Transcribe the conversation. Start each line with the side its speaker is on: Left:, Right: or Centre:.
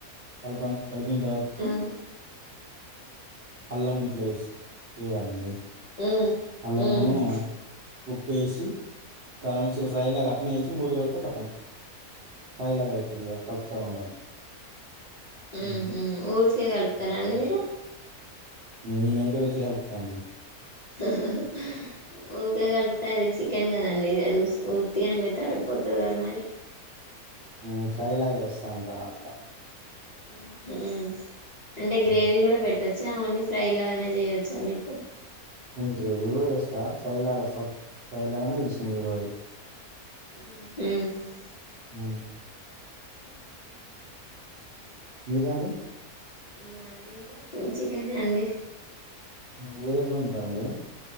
Right: కలపా కలిపిన తర్వాతకి
Left: ఆ
Right: అల్లంగిట్ల వేసి వేయండి.
Left: మ్మ్
Right: అల్లమును,
Left: మ్మ్
Right: ఉప్పేసి కరమిచ్చిన ఫ్రై లాగా అట్నీవేసి మూత పెడి కతం ఫై లాగా అయితది ఇగ కలుపుతా ఉండాలి
Left: ఉహు
Right: ఉమ్.
Left: ఊరికే కలుపుతారా అండి మీరు
Right: నేనైతే ఊకె కలుపుత అండి
Left: మీరు ఊకే కలిపితే అది చికెన్ కదండి ఉత్తిగానే మెత్త పడిపోతుంది కదా మరి
Right: ఉ ఫ్రై లాగా చేస్తా ఉంటా అట్లా
Left: ఉహు అంటే గ్రేవీ
Right: ఉమ్.
Left: కూడా పెట్టొచ్చా ఓన్లీ ఫ్రై లాగానే చేయొచ్చా మీకు
Right: గ్రేవీ కూడా చేస్తా ఫ్రై లాగా ఫస్ట్ ఫ్రై లాగానే చేసాం ఈ రోజు
Left: ఉహు
Right: ఉ
Left: <inaudible>
Right: నువ్వు అండి
Left: మాది కూడా చికెన్ ఏ అండి
Right: మీరు ఎట్లా వండుతారండి